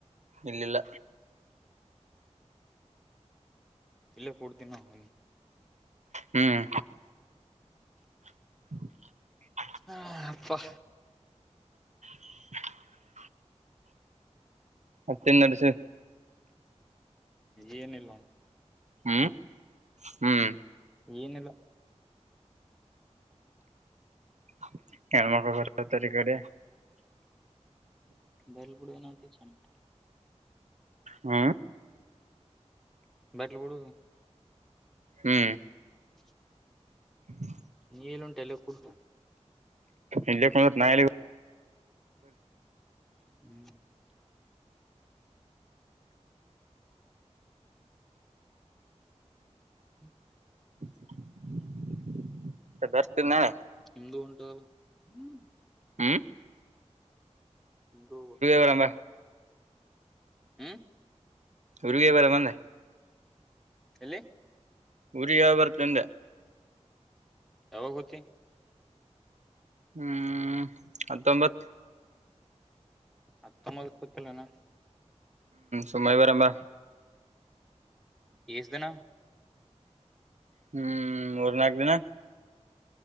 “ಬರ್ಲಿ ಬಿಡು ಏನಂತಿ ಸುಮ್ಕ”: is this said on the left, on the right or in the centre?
Centre